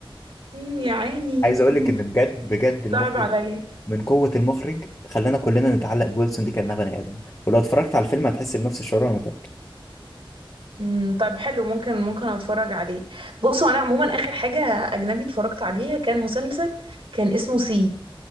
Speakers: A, on the right; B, on the left.
A: مم، يا عيني
B: عايز اقول
A: <laughs>
B: لك ان بجد بجد المخرج
A: صعب عليا
B: من قوة المخرج خلانا كلنا نتعلق بويلسون دي كأنها بني آدم ولو اتفرجت على الفيلم هتحس بنفس الشعور انا متأكد
A: امم طيب حلو ممكن ممكن اتفرج عليه بصوا انا عموما اخر حاجه اجنبي اتفرجت عليها كان مسلسل كان اسمه سي